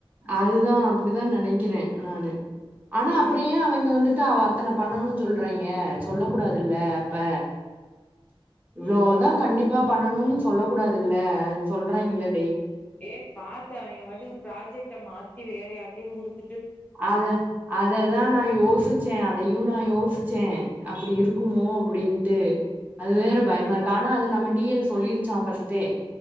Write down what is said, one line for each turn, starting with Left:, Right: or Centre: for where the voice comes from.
Right: அதுதான் அப்டிதான் நினைக்கிறேன் நானு ஆனா
Left: ஆ
Right: அப்பறயேன் அவங்க வந்துட் அத்தன பண்ணணுனு சொல்றாங்கேன் சொல்ல கூடாதுல்ல அப்ப இவ்ளோதான்
Left: ஓ
Right: கண்டிப்பா பண்ணணும்னு சொல்ல கூடாதுல்ல அது சொல்ராங்கேல
Left: ஏ பாத்து அவங்க பாட்டுக்கு ப்ராஜெக்ட் ட மாத்தி வேற யார்டையு குடுத்
Right: அத அததா நா யோசிச்ச அதையு நா யோசிச்ச அப்டி இருக்குமோ அப்டின்னு ட்டு அது வேற
Left: ம்
Right: பயமா இருக்கு ஆனா அது நம்ம டி எல் சொல்லிருச்சா பஸ்டே